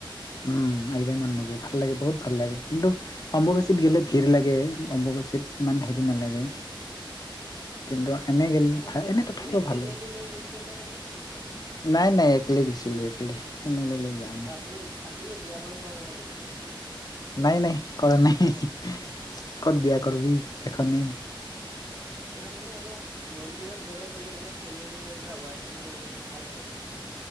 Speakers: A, on the left; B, on the right.
A: উম, আহিবাই মন নাযায় ভাল লাগে বহুত ভাল লাগে কিন্তু অম্বুবাচীত
B: উম,
A: গেলে ভিৰ লাগে, অম্বুবাচীত ইমান
B: অ',
A: হেৰি নালাগে,
B: অ'।
A: কিন্তু এনে গেল
B: ফে
A: এনে তথাপিও
B: ফেমিলি
A: ভাল,
B: লৈ গৈছিলে নে ছিংগেল
A: নাই- নাই একলে গৈছিলোঁ একলে ফেমিলি লৈ
B: অ
A: যোৱা নাই।
B: আপুনি আপুনি বিয়া বাৰু কৰা নাই নেকি।
A: নাই -নাই কৰা নাই, ক'ত বিয়া কৰবি এখনেই।
B: নহয় মানে এনে মন্দিৰত গ'লে মানে এনে ফেমিলি লৈ বা ৱাইফক লৈ গ'লে ভাল আৰু।